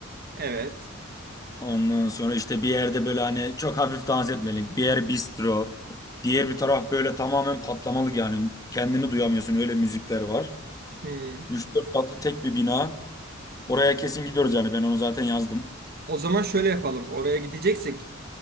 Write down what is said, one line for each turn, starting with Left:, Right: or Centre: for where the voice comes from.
Right: evet.
Left: Ondan sonra işte bir yerde böyle hani çok hafif dans etmelik. Bir yer bistro. Diğer bir taraf böyle tamamen patlamalık yani. Kendini duyamıyorsun öyle müzikler var.
Right: Hmm.
Left: üç dört katlı tek bir bina. Oraya kesin gidiyoruz yani ben onu zaten yazdım.
Right: O zaman şöyle yapalım. Oraya gideceksek